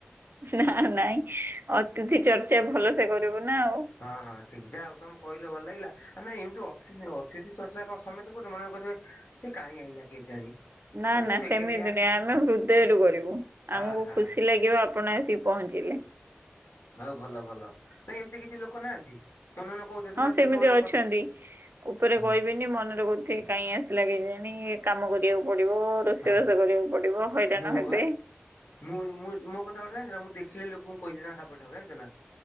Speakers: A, on the right; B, on the left.
A: ନା ନାଇଁ ଅତିଥି ଚର୍ଚ୍ଚା ଭଲ ସେ କରିବୁ ନା ଆଉ।
B: ହଁ ହଁ ଠିକ୍ ଯାହା ହଉ ତମ କହିଲ ଭଲ ଲାଗିଲା ନାଇଁ ଏମିତି ଅକ୍ସି ଅତିଥି ଚର୍ଚ୍ଚା କଣ ସମତେ କରୁଛନ୍ତି। ଆପଣ କହୁଥିବେ ସେ କାହିଁ ଆଇିଲା କେଜାଣି
A: ନା
B: ହଁ
A: ନା
B: ବେକାରିଆ
A: ସେମିତି ନାଇଁ ଆମେ ହୃଦୟରୁ କରିବୁ ଆମକୁ
B: ଆହା
A: ଖୁସି ଲାଗିବ ଆପଣ ଆସି ପହଞ୍ଚିଲେ।
B: ହଉ ଭଲ ଭଲ ନାଇଁ ଏମିତି କିଛି ଲୋକ ନାହାନ୍ତି। ମନେ ମନେ କହୁଥିବେ
A: ହଁ
B: ଧର
A: ସେମିତି
B: ଦେଖ ଗୋଟେ
A: ଅଛନ୍ତି
B: କ
A: ଉପରେ
B: ହଁ
A: କହିବିନି ମନରେ କହୁଥିଲି କାଇଁ ଆସିଲା କେଜାଣି କାମ କରିବାକୁ ପଡିବ ରୋଷେଇବାସ
B: ହଁ
A: କରିବାକୁ ପଡିବ। ହଇରାଣ
B: ହଁ
A: ହେବେ।
B: ବା ମୁଁ ମୁଁ ମୋ କଥା ଗୋଟେ ଜାଣିଛ ନା ମୁଁ ଦେଖିଲେ ଲୋକଙ୍କୁ କହିଦିଏ ହାବଠାବ ଜାଣିଛ ନା?